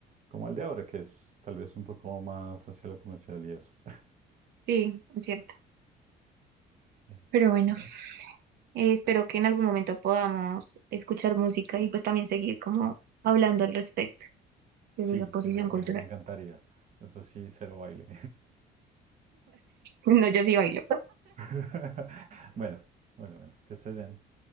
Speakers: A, on the right; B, on the right.
A: como el de ahora, que es tal vez un poco más hacia lo comercial y eso. <laughs>
B: sí, es cierto.
A: Eh,
B: Pero bueno,
A: bueno,
B: eh, espero que en algún momento podamos escuchar música y pues también seguir como hablando al respecto desde
A: sí,
B: esa posición
A: sí, me,
B: cultural.
A: me- me encantaría.
B: <laughs>
A: Eso sí, cero baile.
B: No, yo sí bailo.
A: <laughs> Bueno, bueno, bueno, que estés bien.